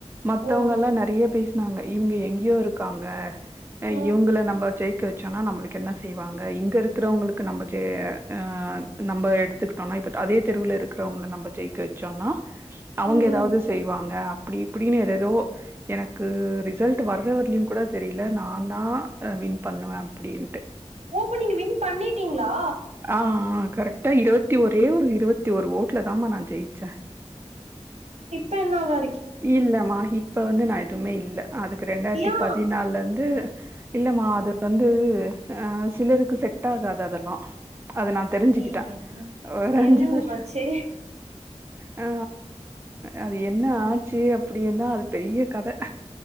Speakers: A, on the right (about 20°); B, on the right (about 70°).
A: மத்தவுங்கெல்லா
B: ஓ
A: நெறைய பேஸ்னாங்க இவுங்க எங்யோ இருக்காங்க அ
B: ம்
A: இவுங்கள நம்ப ஜெய் க்க வெச்சோனா நம்பளுக்கு என்ன செய்வாங்க இங்க இருக்குறவங்களுக்கு நம்ப ஜே அ நம்ப எடுத்க்கிட்டோனா <unintelligible> அதே தெருவுல இருக்றவங்கள நம்ப ஜெயிக்க வச்சோனா அவுங்க
B: ம் ம்
A: ஏதாவது செய்வாங்க அப்டி இப்டின்னு எதேதோ எனக்கு ரிசல்ட் வர்ற வரலயும் கூட தெரியல நா தா அ வின் பண்ணுவே அப்டின்ட்டு
B: ஓ அப்ப நீங்க வின் பண்ணிட்டீங்ளா
A: ஆ ஆ கரெக்டா இருவத்தி ஒரே ஒரு இருவத்தி ஒரு ஓட் ல தாமா நா ஜெயிச்ச
B: பண்ணவா
A: இல்லமா இப்ப வந்து நா எதுமே இல்ல அதுக்கு ரெண்டாயிர்த்தி
B: யா
A: பதினால்ல வந்து இல்லமா அது வந்து அ சிலருக்கு செட் ஆகாது அதெல்லா அத நா தெரிஞ்சிக்கிட்டே
B: இ என்னங்க
A: ஒரு அஞ்சு
B: என்னங்க
A: வர்ஷோ
B: மச்சி
A: அ அது என்ன ஆச்சு அப்டினா அது பெரிய கத